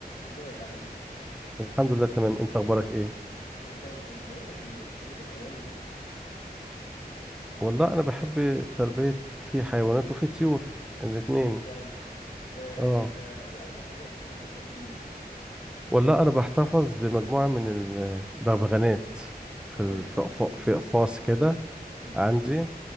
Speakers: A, on the left; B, in the centre.
A: ازيك عامل ايه؟
B: الحمد لله تمام انت اخبارك ايه
A: انا زي الفل بقول لك ايه ليك في تربية الحيوان وكده؟
B: والله انا بحب تربية في حيوانات وفي طيور الاتنين
A: طب كويس آه،
B: اه
A: انت ايه اكتر حاجة بتحب تربيها؟
B: والله انا بحتفظ بمجموعة من البغبغانات في ال-
A: حلو
B: في أقف- في اقفاص كده
A: امم
B: عندي